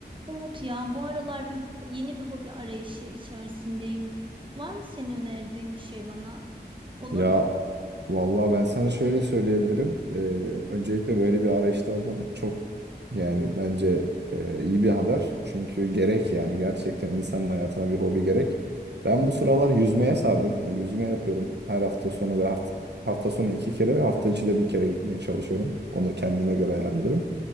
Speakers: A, on the right (about 30°); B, on the right (about 75°).
A: Umut ya bu aralar bir yeni bir hobi arayışı içerisindeyim. Var mı senin önerdiğin bir şey bana? Olur
B: Ya
A: mu?
B: Vallahi ben sana şöyle söyleyebilirim. Ee, öncelikle böyle bir arayışta olman çok yani bence e, iyi bir haber. Çünkü gerek yani gerçekten insanın hayatına bir hobi gerek. Ben bu sıralar yüzmeye sardım. E, yüzme yapıyorum her hafta sonu ve hafta, hafta sonu iki kere, hafta içi de bir kere gitmeye çalışıyorum. Onu kendime göre ayarlıyorum.